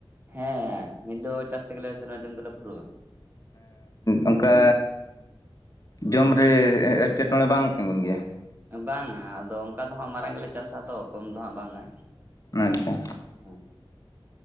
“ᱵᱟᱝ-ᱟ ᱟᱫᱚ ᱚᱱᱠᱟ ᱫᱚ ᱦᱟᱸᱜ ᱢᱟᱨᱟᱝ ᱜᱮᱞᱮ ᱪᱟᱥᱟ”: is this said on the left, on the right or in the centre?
Right